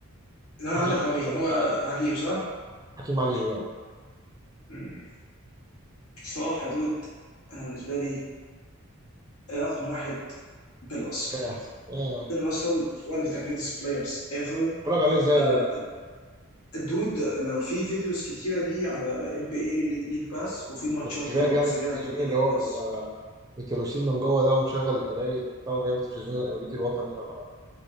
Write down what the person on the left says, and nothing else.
اللي
انا عندك هو مين
هو
حكيم صح؟
مم. صلاح يا دود انا بالنسبه لي إيه رقم واحد بالوصل
بالوصل one of the greatest players ever
آه،
الدود لو في فيديوز كتيره ليه على ام بي اي ليج باس وفي ماتشات
ليه برضه
مسجله
على ام بي اي
ليج
باس